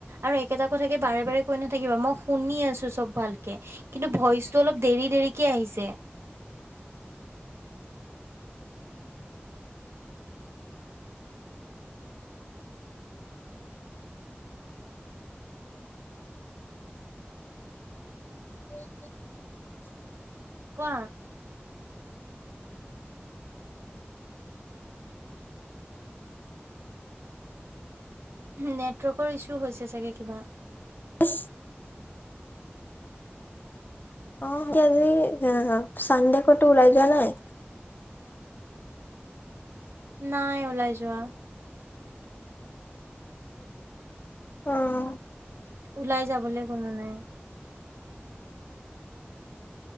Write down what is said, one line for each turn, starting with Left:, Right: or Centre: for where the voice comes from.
Right: আৰু একেটা কথাকে বাৰে বাৰে কৈ নাথাকিবা মই শুনি আছো চব ভালকে কিন্তু ভইচটো অলপ দেৰি দেৰিকে আহিছে।
Left: <unintelligible>
Right: কোৱা নেটৱৰ্কৰ ইছু হৈছে চাগে কিবা।
Left: <inaudible> অ, এয়া আজি চানডে কতো ওলাই যোৱা নাই
Right: নাই ওলাই যোৱা
Left: অঁ
Right: ওলাই যাবলৈ কোনো নাই